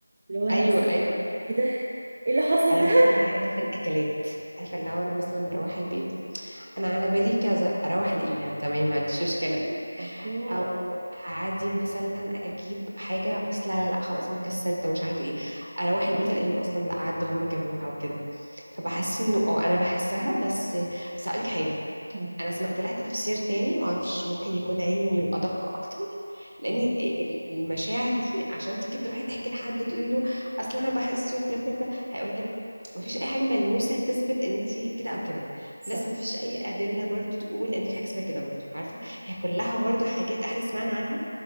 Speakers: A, on the right (about 30°); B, on the right (about 70°).
A: لو انا
B: أيوه
A: اصلا
B: أيوه.
A: ايه ده ايه اللي حصل
B: أنا
A: ده
B: بحصل معايا ده في الأكلات عارفة اللي هو أنا مثلا مروحة البيت أنا على بالي كذا أروح ألاقيه يعني تمام ما عنديش مشكلة
A: الله
B: أو عادي مثلا أجيب حاجة بس لا لا لا خلاص أنا كسلت ومش عارف إيه أروح البيت ألاقيهم أصلا لا عدوا هم جابوها وكده فبحس إنه أه أنا بحسها بس بس هقولك حاجة
A: مم.
B: انا سمعت لها تفسير تاني ما اعرفش ممكن يكون علمي وادق اكتر لان
A: ايوه
B: ال- ال- المشاعر دي عشان تيجي تروحي تحكي لحد تقولي له اصل انا بحس وبلا بلا بلا هيقول لك ما فيش اي حاجه ملموسه تثبت ان انت كده او كده
A: صح
B: بلس ما فيش اي ادله برضو تقول ان في حاجه اسمها كده برضو عارفه هي كلها برضو حاجات احنا سمعنا عنها